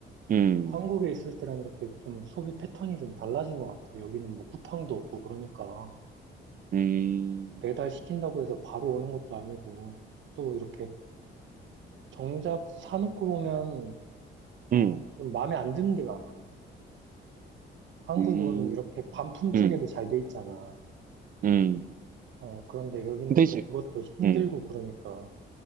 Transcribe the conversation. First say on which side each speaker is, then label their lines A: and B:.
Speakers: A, on the right; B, on the right.
A: 음,
B: 어, 한국에 있을 때랑 이렇게 좀 소비 패턴이 좀 달라진 것 같아. 여기는 뭐 쿠팡도 없고 그러니까.
A: 음,
B: 배달 시킨다고 해서 바로 오는 것도 아니고, 또 이렇게 정작 사놓고 보면, 어,
A: 음,
B: 좀 마음에 안 드는 게 많아. 한국은
A: 음,
B: 이렇게 반품 체계도
A: 음,
B: 잘 돼 있잖아.
A: 음.
B: 어, 그런데 여기는
A: 근데 이제
B: 또 그것도 힘들고
A: 음
B: 그러니까.